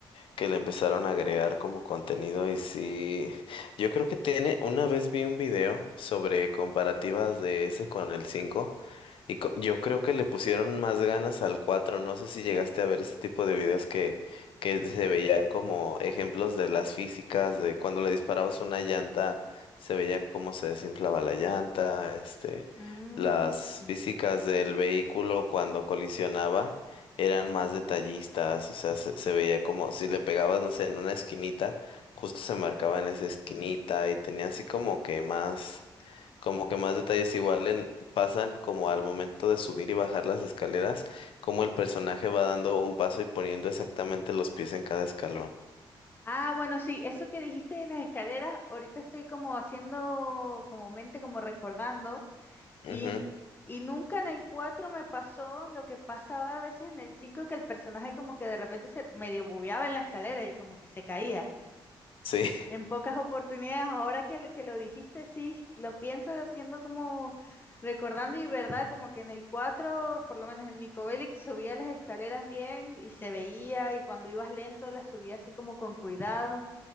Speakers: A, on the left; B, on the left.
A: que le empezaron a agregar como contenido y sí, yo creo que tiene, una vez vi un video sobre comparativas de ese con el 5 y co- yo creo que le pusieron más ganas al cuatro no sé si llegaste a ver ese tipo de videos que, que se veían como ejemplos de las físicas, de cuando le disparabas una llanta, se veía cómo se desinflaba la llanta, este,
B: Mm.
A: las físicas del vehículo cuando colisionaba eran más detallistas, o sea, se, se veía como si le pegabas, no sé, en una esquinita, justo se marcaba en esa esquinita y tenía así como que más, como que más detalles igual en, pasan como al momento de subir y bajar las escaleras, como el personaje va dando un paso y poniendo exactamente los pies en cada escalón.
B: Ah, bueno, sí, eso que dijiste de las escaleras, ahorita estoy como haciendo como mente, como recordando, y,
A: Ujú,
B: y nunca en el 4 me pasó lo que pasaba a veces en el 5 que el personaje como que de repente se medio bugueaba en la escalera y como que se caía.
A: Sí,
B: En pocas oportunidades, ahora que, lo- que lo dijiste, sí, lo piensas haciendo como recordando y verdad, como que en el 4 por lo menos el Nico Bellic subía las escaleras bien y se veía, y cuando ibas lento las subía así como con cuidado,